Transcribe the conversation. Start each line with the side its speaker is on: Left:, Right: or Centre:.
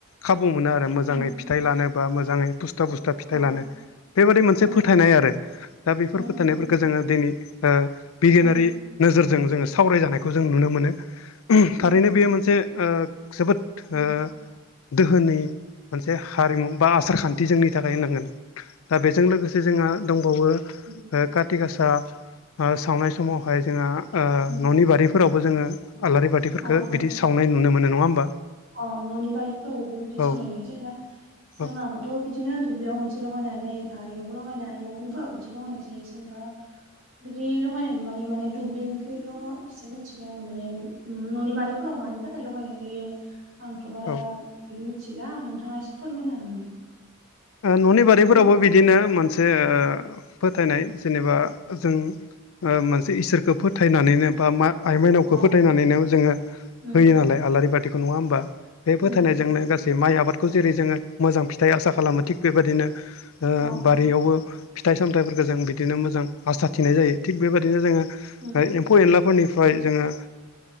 Left: खाबु मोनो आरो मोजाङै
Right: उम
Left: फिथाइ लानो बा मोजाङै बुस्था बुस्था फिथाइ
Right: अ
Left: लानो बेबादि मोनसे
Right: उम
Left: फोथायनाय आरो दा बेफोर
Right: उम
Left: फोथायनायफोरखौ जोङो दिनै बिगियानारि
Right: उम
Left: नोजोरजों जोङो सावराय जानायखौ जों नुनो मोनो।
Right: उम
Left: थारैनो बेयो मोनसे ओ जोबोद
Right: उम
Left: ओ दोहोनि मोनसे हारिमु बा आसार खान्थि जोंनि थाखाय होनांगोन। दा बेजों लोगोसे जोंहा दंबावो
Right: उम
Left: काति गासा सावनाय समावहाय जोंहा ओ
Right: उम
Left: न'नि बारिफोरावबो जोङो आलारि बाथिफोरखो
Right: अ अ
Left: बिदि सावनाय नुनो मोनो नङा होमबा।
Right: अ न'नि बारिफोरावबो बिदि
Left: औ
Right: सावनाय नुयो जेनबा जोंहाबोथ'
Left: औ
Right: बिदिनो दुब्लियाव मोनसे लगायनाय जायो बारियावबो लगायनो हायो न'नफोराव बिदि लगायनाय जायो जेनेबा बिदि लगायनाय नुबोआखै माने दुब्लिनिखिल' एसे मिथिबाय आङो माने न'नि बारिफोराव मानि थाखाय लगायनाय जायो। आंथ' बारा
Left: औ ओ
Right: मिथिला नोंथाङा एसे फोरमायनो हागोन नामा?
Left: न'नि
Right: बारिफोराव
Left: बारिफोरावबो
Right: मा
Left: बिदि बिदिनो मोनसे ओ फोथायनाय जेनेबा जों मोनसे इसोरखो फोथायनानैनो बा मा आइ माइनावखौ
Right: अ
Left: फोथायनानैनो जोङो
Right: उम
Left: होयो नालाय आलारि बाथिखौ नङा होमबा बे फोथायनायजोंनो
Right: उम
Left: गासै माइ आबादखौ जेरै जोङो मोजां फिथाइ आसा खालामो थिग बेबायदिनो
Right: अ
Left: बारियावबो फिथाइ सामथाइफोरखौ जों बिदिनो मोजां हासा थिनाय जायो थिग बेबायदिनो जोङो
Right: उम
Left: एम्फौ एनलाफोरनिफ्राय जोङो